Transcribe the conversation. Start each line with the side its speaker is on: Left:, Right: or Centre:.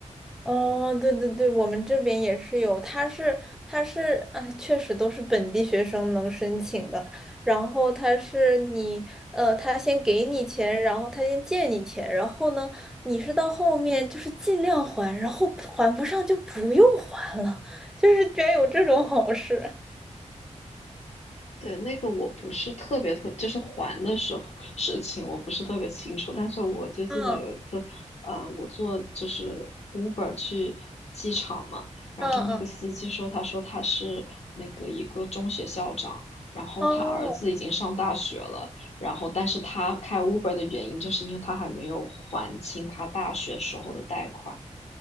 Centre: 哦，对对对，我们这边也是有，他是他是啊，确实都是本地学生能申请的。然后他是你呃，他先给你钱，然后他先借你钱，然后呢，你是到后面就是尽量还，然后还不上就不用还了，就是居然有这种好事。
Left: 对，那个我不是特别特，就是还的时候事情，我不是特别清楚。但是我就记得有一次，
Centre: <laughs> 嗯
Left: 呃，我坐就是 Uber 去机场嘛，然后那个司机说，
Centre: 嗯嗯，
Left: 他说他是那个一个中学校长，然后他儿子已经上大学了，
Centre: 哦，
Left: 然后但是他开 Uber 的原因就是因为他还没有还清他大学时候的贷款，